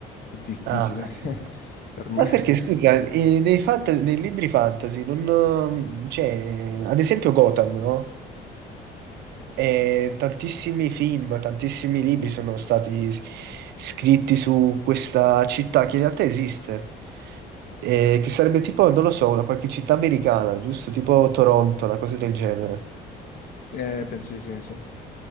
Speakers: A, on the left (about 55°); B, on the right (about 80°).
A: è difficile
B: Ah, sì.
A: <laughs> per me.
B: Ma perché, scusa, eh, nei, fant- nei libri fantasy, non, mm, cioè, ad esempio Gotham, no? E tantissimi film, tantissimi libri sono stati s- scritti su questa città che in realtà esiste, Eh, che sarebbe tipo, non lo so, una qualche città americana, giusto? Tipo Toronto, una cosa del genere.
A: Eh, penso di sì, sì. Eh,